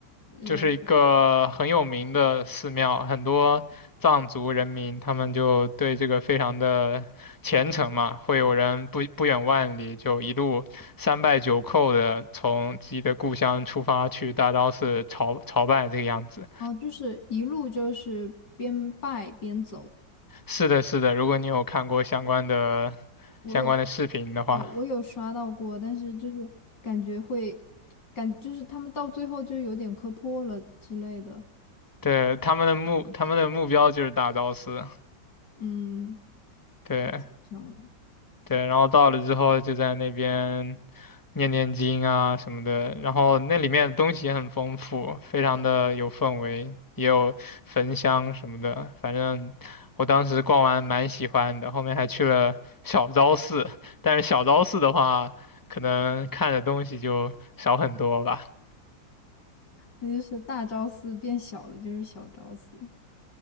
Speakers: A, on the left (about 65°); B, on the left (about 15°).
A: 呃，
B: 就是一个很有名的寺庙，很多藏族人民他们就对这个非常的虔诚嘛，会有人不不远万里就一路三拜九叩的从自己的故乡出发去大昭寺朝朝拜这个样子。
A: 哦，就是一路就是边拜边走，
B: 是的，是的，如果你有看过相关的
A: 我有
B: 相关的视频的话，
A: 有我有刷到过，但是就是感觉会感就是他们到最后就有点磕破了之类的，
B: 对，他们的目他们的目标就是大昭寺，
A: 嗯，
B: 对。
A: 太虔诚了。
B: 对，然后到了之后就在那边念念经啊什么的，然后那里面的东西也很丰富，非常的有氛围，也有焚香什么的，反正我当时逛完蛮喜欢的，后面还去了小昭寺，但是小昭寺的话，可能看的东西就少很多吧。
A: 那就是大昭寺变小了，就是小昭寺。